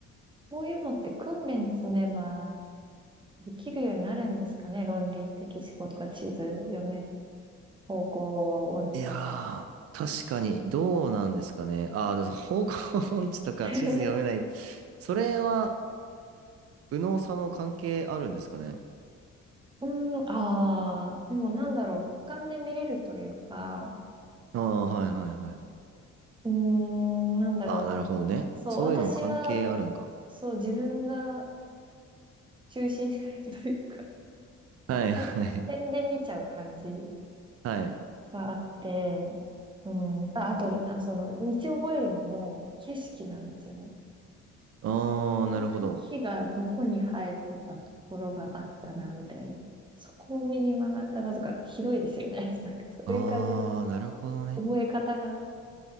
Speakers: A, on the right (about 15°); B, on the right (about 50°).
A: こういうのって訓練積めばできるようになるんですかね論理的思考とか地図読め、方向音痴とか。
B: いやー、確かに、どうなんですかね。あー、でも方向音痴とか地図読めない。
A: <laughs>
B: それは、右脳左脳関係あるんですかね。
A: うーん、ああ、でもなんだろう、俯瞰で見れるというか、
B: ああ、はいはいはい。
A: うーん、なんだろう、
B: ああ、なるほどね。
A: そう、
B: そういうのも関係あるのか。
A: 私は、そう、自分が中心 <laughs> というか、
B: はいはい
A: <laughs> 点、点で見ちゃう感じ
B: はい。
A: があって、うん、あ、あと、あ、その、道覚えるのも景色なんですよね。
B: ああ、
A: こういう木がどこに生えてたところがあったな、
B: なるほど。
A: みたいに。そこを右曲がったなとか、広いですよね。<laughs> なんかそういう感じの
B: ああ、なるほどね。
A: 覚え方が。